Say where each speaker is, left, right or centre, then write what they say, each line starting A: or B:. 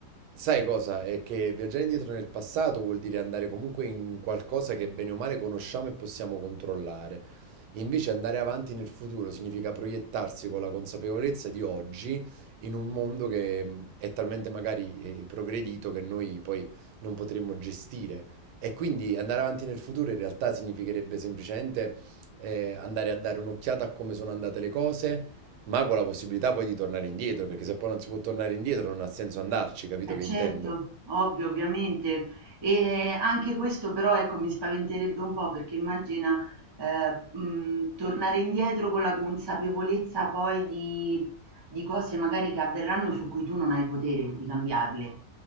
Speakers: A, on the right; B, on the right.
A: sai cosa? È che viaggiare indietro nel passato vuol dire andare comunque in qualcosa che bene o male conosciamo e possiamo controllare. Invece andare avanti nel futuro significa proiettarsi con la consapevolezza di oggi in un mondo che mh, è talmente magari eh, progredito che noi poi non potremmo gestire. E quindi andare avanti nel futuro in realtà significherebbe semplicemente eh, andare a dare un'occhiata a come sono andate le cose ma con la possibilità poi di tornare indietro, perché se poi non si può tornare indietro non ha senso andarci, capito
B: Eh
A: che
B: certo,
A: intendo?
B: ovvio, ovviamente. E anche questo però ecco mi spaventerebbe un po' perché immagina eh, mh, tornare indietro con la consapevolezza poi di, di cose magari che avverranno su cui tu non hai potere di cambiarle.